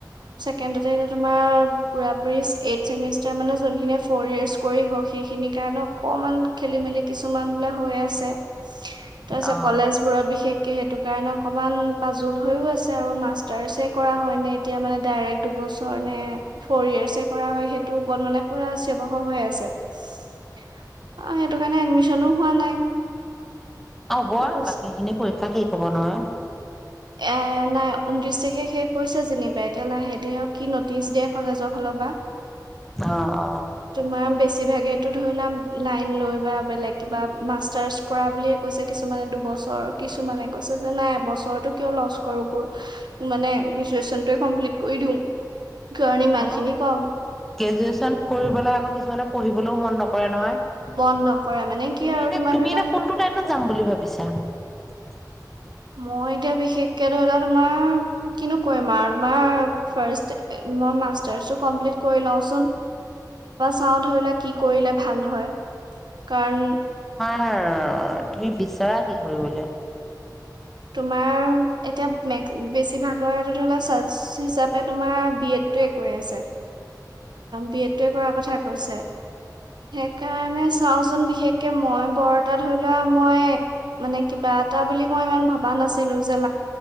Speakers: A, on the right (about 85°); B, in the centre.
A: কেন ততে এয়া তোমাৰ পুৰা পুৰি এইথ চেমিষ্টাৰ মানে যোনখিনি ফ'ৰ ইয়াৰ্চ কৰিব সেইখিনি কাৰণে অকমান খেলি মেলি কিছুমান বোলে হৈ আছে তাৰপিছত
B: অ
A: কলেজ বোৰত বিশেষ সেইটো কাৰণে অকমান পাজুল হৈয়ও আছে আৰু মাষ্টাৰ্চ কৰা হয় নে এতিয়া মানে ডাইৰেক্ট দুবছৰনে ফৰয়েৰ্চে কৰা হয় খেইটোৰ ওপৰত মানে পোৰা চিঞৰ বাখৰ হৈ আছে অ সেইটোৰ কাৰণে এডমিচ্চনো হোৱা নাই
B: হ'ব
A: তাৰপিছত
B: আৰু বাকী খিনি পৰীক্ষা শেই ক'ব নহয়
A: এ নাই ঊনত্ৰিশ তাৰিখে শেষ কৈছে যেনিবা এতিয়া লাহে দে হক কি নটিচ দিয়ে কলেজক হল পৰা
B: অ অ
A: তোমাৰ বেছিভাগে ধৰি লোৱা লাইন লৈ বা বেলেগ কিবা মাষ্টাৰ্চ কৰা বুলিয়ে কৈছে কিছুমানে দুবছৰ কিছুমানে কৈছে যে নাই বছৰৰতো কিয় লছ কৰো মানে গ্ৰেজুৱচনোৱে কমপ্লিট কৰি দিওঁ কাৰণ ইমান
B: অ
A: খিনি কম
B: গ্ৰেজুৱচন কৰিবলে আগত কিছুমানে পঢ়িবলৈও মন নকৰে ু কটোৱ নহয়
A: মন নকৰে মানে কি
B: তুমি
A: আৰু
B: এতিয়া
A: তোমাৰ
B: তুমি
A: ধৰি
B: এতিয়া
A: লোৱা
B: কোনটো লাইনত যাম বুলি ভাবিছা! হয়
A: মই এতিয়া বিশেষকে ধৰিলৰা তোমাৰ কিনো কৰিম আৰু তোমাৰ ফ্ৰাষ্ট মই মাষ্টাৰ্চো কৰি লওঁ, চাওঁ ধাৰিলৰা কি কৰিলে ভাল হয় কাৰণ
B: হা তুমি বিচৰা কি কৰিবলৈ?
A: তোমাৰ এতিয়া বেছিভাগৰ ধৰিলা হিচাপে তোমাৰ বি এড টোৱে কৰি আছে বি এড টোৱে কৰাৰ কথা কৈছে সেই কাৰণে চাও জন বিশেষ মই বৰটা ধৰি লোৱা মই মানে কিবা এটা বুলি মই ইমান ভাল ভা নাছিলো যেন